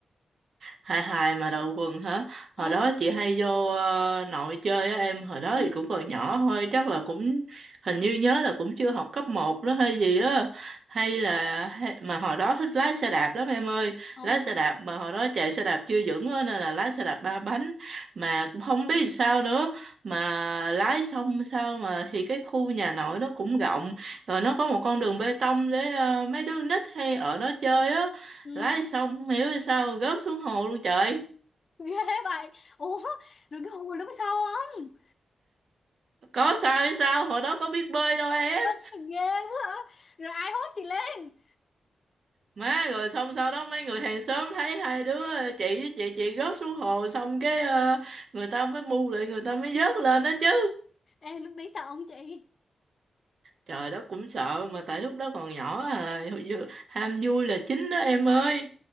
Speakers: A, on the right; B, on the left.
A: hài hài mà đầu quần hả?
B: Ừ,
A: Hồi đó chị hay vô ờ, nội chơi á em, hồi đó
B: ừ,
A: thì cũng còn nhỏ thôi, chắc là cũng hình như nhớ là cũng chưa học cấp một đó hay gì á. Hay là hay, mà hồi đó thích lái xe đạp lắm em ơi,
B: ồ,
A: lái xe đạp mà hồi đó chạy xe đạp chưa vững á nên là lái xe đạp ba bánh mà cũng không biết sao nữa mà lái xong sao mà thì cái khu nhà nội nó cũng rộng rồi nó có một con đường bê tông để ờ, mấy đứa nít hay ở đó chơi á
B: ừ,
A: lái xong không hiểu vì sao rớt xuống hồ luôn trời
B: <laughs> ghê vậy, ủa, rồi cái hồi lúc sau không,
A: có sao hay sao hồi đó có biết bơi đâu em
B: <laughs> ghê quá hả, rồi ai hốt chị lên,
A: má rồi xong sau đó mấy người hàng xóm thấy hai đứa ờ, chị với chị chị rớt xuống hồ xong cái ờ, người ta mới mu lại người ta mới vớt lên đó chứ
B: ê lúc đấy sợ không chị,
A: trời đó cũng sợ mà tại lúc đó còn nhỏ à hồi ham vui là chính đó em ơi